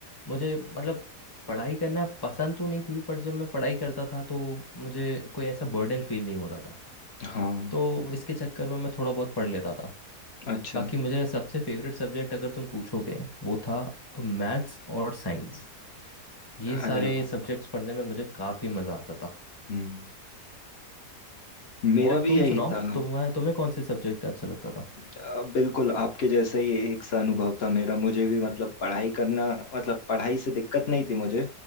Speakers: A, on the left; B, on the left.
A: मुझे मतलब पढ़ाई करना पसंद तो नहीं थी बट जब मैं पढ़ाई करता था तो मुझे कोई ऐसा बर्डन फील नहीं होता था
B: हाँ
A: तो इसके चक्कर में मैं थोड़ा बहुत पढ़ लेता था
B: अच्छा
A: बाकी मुझे सबसे फेवरेट सब्जेक्ट अगर तुम पूछोगे वो था मैथ्स और साइंस ये सारे
B: अरे वाह
A: सब्जेक्ट्स पढ़ने में मुझे काफ़ी मज़ा आता था
B: हम्म मेरा
A: और
B: भी
A: तुम
B: यही
A: सुनाओ
B: था
A: तुम्हें तुम्हें कौन से सब्जेक्ट अच्छा लगता था
B: अ, बिल्कुल आपके जैसा ही एक सा अनुभव था मेरा मुझे भी मतलब पढ़ाई करना मतलब पढ़ाई से दिक्कत नहीं थी मुझे